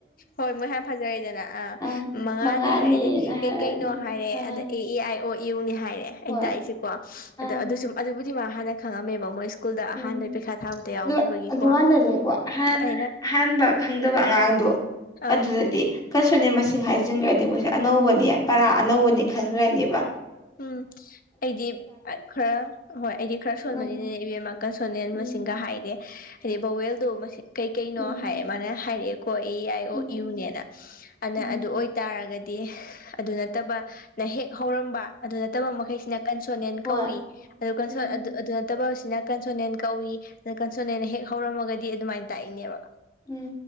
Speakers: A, on the left; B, on the left.
A: ꯍꯣꯏ ꯃꯣꯏ ꯍꯥꯟ ꯐꯖꯔꯦꯗꯅ ꯑꯥ
B: ꯑꯪ
A: ꯃꯉꯥꯅꯤ
B: ꯃꯉꯥꯅꯤꯅ
A: ꯍꯥꯏ ꯑꯗꯩ
B: ꯍꯥꯏꯔꯛꯑꯅꯤ
A: ꯀꯩꯀꯩꯅꯣ ꯍꯥꯏꯔꯦ
B: ꯑ
A: ꯑꯗ ꯏ ꯑꯦ ꯑꯥꯏ ꯑꯣ ꯏꯨꯅꯤ ꯍꯥꯏꯔꯦ ꯑꯩꯅ
B: ꯍꯣꯏ
A: ꯇꯥꯛꯏꯁꯦꯀꯣ
B: ꯑꯪ
A: ꯑꯗꯣ ꯑꯗꯨ ꯁꯨꯝ ꯑꯗꯨꯕꯨꯗꯤ ꯃꯥ ꯍꯥꯟꯅ ꯈꯪꯉꯝꯃꯦꯕ ꯃꯣꯏ ꯁ꯭ꯀꯨꯜꯗ ꯑꯍꯥꯟꯕꯩ
B: ꯎꯝ
A: ꯄꯩꯈꯥ ꯊꯥꯕꯗ ꯌꯥꯎꯈꯤꯕꯒꯤꯀꯣ
B: ꯑꯗꯨ ꯑꯗꯨꯀꯥꯟꯗꯅꯦꯀꯣ ꯑꯍꯥꯟ
A: ꯑꯩꯅ
B: ꯑꯍꯥꯟꯕ ꯈꯪꯗꯕ ꯑꯉꯥꯡꯗꯣ
A: ꯑꯪ
B: ꯑꯗꯨꯗꯗꯤ ꯀꯟꯁꯨꯅꯦꯟ ꯃꯁꯤꯡ ꯍꯥꯏꯖꯤꯟꯈ꯭ꯔꯗꯤ ꯃꯣꯏꯁꯦ ꯑꯅꯧꯕꯅꯤ ꯄꯔꯥ ꯑꯅꯧꯕꯅꯤ ꯈꯟꯈ꯭ꯔꯅꯤꯕ꯫
A: ꯎꯝ ꯑꯩꯗꯤ ꯈꯔ ꯍꯣꯏ ꯑꯩꯗꯤ ꯈꯔ ꯁꯣꯟꯕꯅꯤꯅꯦ
B: ꯎꯝ
A: ꯏꯕꯦꯝꯃ ꯀꯟꯁꯣꯅꯦꯟ
B: ꯎꯝ
A: ꯃꯁꯤꯡꯒ ꯍꯥꯏꯗꯦ ꯍꯥꯏꯗꯤ ꯕꯧꯋꯦꯜꯗꯣ ꯃꯁꯤꯡ ꯀꯩ ꯀꯩꯅꯣ
B: ꯎꯝ
A: ꯍꯥꯏ ꯃꯥꯅ ꯍꯥꯏꯔꯛꯑꯦꯀꯣ ꯑꯦ ꯌꯥꯏ
B: ꯎꯝ
A: ꯑꯣ ꯏꯨꯅꯦꯅ ꯑꯗꯨꯅ
B: ꯎꯝ
A: ꯑꯗꯨ ꯑꯣꯏ ꯇꯥꯔꯒꯗꯤ ꯑꯗꯨ ꯅꯠꯇꯕꯅ ꯍꯦꯛ ꯍꯧꯔꯝꯕ ꯑꯗꯨ ꯅꯠꯇꯕ ꯃꯈꯩꯁꯤꯅ ꯀꯟꯁꯣꯅꯤꯟ
B: ꯍꯣꯏ
A: ꯀꯧꯏ ꯑꯗꯨ ꯀꯟꯁꯣ
B: ꯎꯝ
A: ꯑꯗꯨ ꯑꯗꯨ ꯇꯕꯁꯤꯅ ꯀꯟꯁꯣꯅꯦꯟ ꯀꯧꯏ ꯀꯟꯁꯣꯅꯦꯟ ꯍꯦꯛ ꯍꯧꯔꯝꯃꯒꯗꯤ ꯑꯗꯨꯃꯥꯏꯅ ꯇꯥꯛꯏꯅꯦꯕ꯫
B: ꯎꯝ